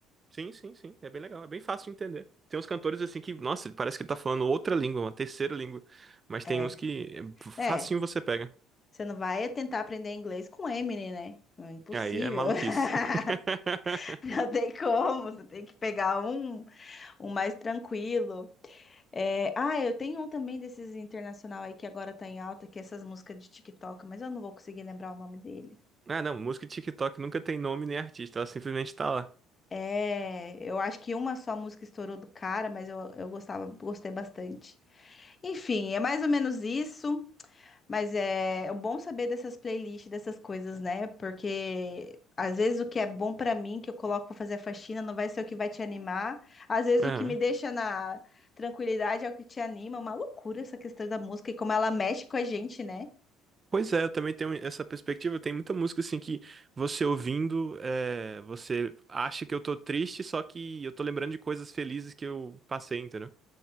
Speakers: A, on the right; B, on the left.
A: Sim, sim, sim, é bem legal, é bem fácil de entender. Tem uns cantores assim que, nossa, parece que ele tá falando outra língua, uma terceira língua, mas tem
B: É.
A: uns que é facinho
B: É.
A: você pega.
B: Você não vai tentar aprender inglês com Eminem, né? É impossível.
A: Aí é maluquice.
B: <laughs>
A: <laughs>
B: <laughs> Não tem como, você tem que pegar um, um mais tranquilo. É, ah, eu tenho um também desses internacional aí que agora tá em alta, que é essas músicas de TikTok, mas eu não vou conseguir lembrar o nome dele.
A: Ah, não, música de TikTok nunca tem nome nem artista, ela simplesmente tá
B: É, eu acho que uma só música estourou do cara, mas eu, eu gostava, gostei bastante. Enfim, é mais ou menos isso. Mas é, é bom saber dessas playlists, dessas coisas, né? Porque às vezes o que é bom pra mim, que eu coloco pra fazer a faxina, não vai ser o que vai te animar. Às vezes
A: lá.
B: o que me deixa na tranquilidade é o que te anima. É Uma loucura essa questão da música e como ela mexe com a gente, né?
A: Pois é, eu também tenho essa perspectiva. Tem muita música assim que você ouvindo, é, você acha que eu tô triste, só que eu tô lembrando de coisas felizes que eu passei, entendeu?